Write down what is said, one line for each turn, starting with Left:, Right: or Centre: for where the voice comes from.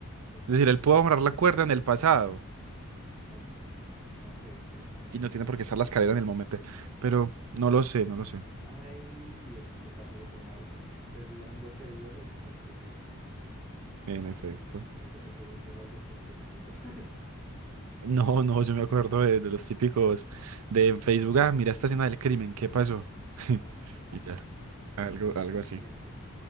Centre: En-
Right: Es
Centre: pero
Right: decir, él
Centre: entonces,
Right: pudo amarrar la cuerda en el pasado.
Centre: ok, ok, ok. Bueno,
Right: Y no tiene
Centre: puede
Right: por
Centre: ser.
Right: qué estar
Centre: Vamos
Right: la escalera
Centre: a ver.
Right: en el momento. Pero no lo sé, no lo sé.
Centre: Ay, este parcero tenía razón. Se subió a un bloque de hielo que se ha derretido.
Right: En efecto. <laughs>
Centre: ¿Ves? Ese- esos datos, porque los tenés vos? <laughs>
Right: No, no, yo me acuerdo de, de los típicos de en Facebook. Ah, mira esta escena del crimen, ¿qué pasó? <laughs>
Centre: Ah, ok,
Right: Y ya.
Centre: ok.
Right: Algo,
Centre: Bueno,
Right: algo
Centre: la
Right: así.
Centre: siguiente.